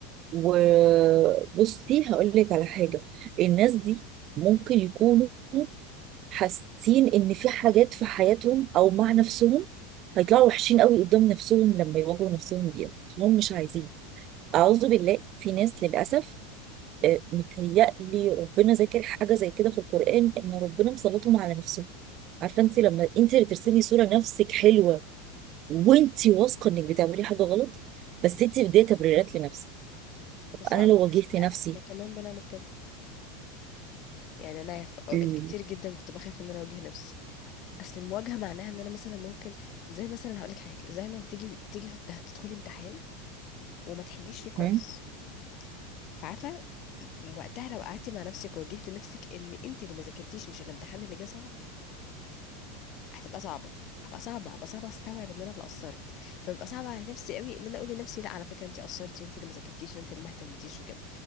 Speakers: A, on the right (about 45°); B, on the left (about 50°).
A: وبصي هقول لك على حاجه الناس دي ممكن يكونوا حاسين ان في حاجات في حياتهم او مع نفسهم هيطلعوا وحشين قوي قدام نفسهم لما يواجهوا نفسهم بيها هم مش عايزين أعوذ بالله في ناس للأسف آه، متهيألي ربنا ذاكر حاجة زي كده في القرآن إن ربنا مسلطهم على نفسهم عارفة أنت لما أنت اللي ترسمي صورة نفسك حلوة وأنت واثقة إنك بتعملي حاجة غلط بس أنت بدي تبريرات لنفسك
B: بس
A: أنا
B: هقول
A: لو
B: لك
A: واجهت
B: حاجه
A: نفسي
B: احنا كمان بنعمل كده يعني انا في اوقات
A: مم.
B: كتير جدا كنت بخاف ان انا اواجه نفسي اصل المواجهه معناها ان انا مثلا ممكن زي مثلا هقول لك حاجه زي ما بتيجي بتيجي في- التح- تدخلي امتحان وما تحليش فيه كويس
A: هم؟
B: فعارفه م- وقتها لو قعدتي مع نفسك وواجهت نفسك ان انت اللي ما ذاكرتيش مش الامتحان اللي جه صعب هتبقى صعبه هبقى صعبه هبقى صعبه استوعب ان انا اللي قصرت فببقى صعبه على نفسي قوي ان انا اقول لنفسي لا على فكره انت قصرتي وانت اللي ما ذاكرتيش وانت اللي ما اهتمتيش وكده